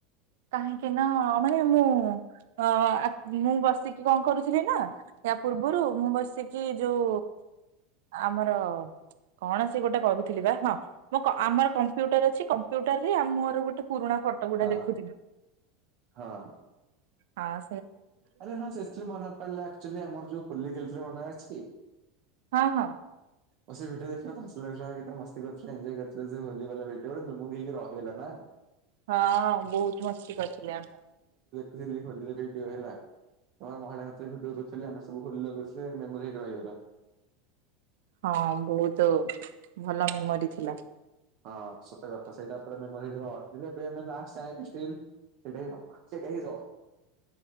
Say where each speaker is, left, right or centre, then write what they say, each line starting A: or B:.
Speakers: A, on the right (about 75°); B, on the right (about 40°).
A: କାହିଁକି ନା ମାନେ ମୁଁ ଅ ମୁଁ ବସିକି କଣ କରୁଥିଲି ନା ୟ ପୂର୍ବରୁ ମୁଁ ବସିକି ଯୋଉ ଆମର କଣ ସେ ଗୋଟେ କରୁଥିଲି ବା ହଁ ମୁଁ ଆମର କମ୍ପ୍ୟୁଟର ଅଛି କମ୍ପ୍ୟୁଟର ରେ ମୋର ଗୋଟେ ପୁରୁଣା ଫଟୋ ଗୁଡା
B: ହଁ
A: ଦେଖୁଥିଲୁ।
B: ହଁ।
A: ଆ
B: ଆରେ ହଁ ସେଥିରେ ମନପିଲେଚୁଆଲି ଆମର ଯୋଉ ହୋଲି ଖେରେ ମନେ ଅଛି।
A: ହଁ ହଁ।
B: ବ ଭିଟ ଦେଖିବା କେତେ ମସ୍ କରିୁଥିଲେ ଏୟ କରିଥିଲେ ଯେୋଲି ଗଲା ଭ ମୁଁକି ରହିଗଲା।
A: ହଁ ବହୁତ ମସ୍ତି କରିଥିଲେ ଆମ
B: ଖୁିଲି ହୋଲିରେ ଭେଟିବ ହେଲା। ଆମର ମହିଳା ମ ଭିଡି କରୁ ଆମେ ସବୁ ଭୁଗ ମେମୋରିଇକି ରହିଗଲା।
A: ହଁ ବହୁତ ଭଲ ମେମୋରି ଥିଲା।
B: ହଁ ସତ କଥା ସେଇଟା ଉପରେ ମ ର ଏବେ ଆାଟା ହ ସେଇଟା ହିଁ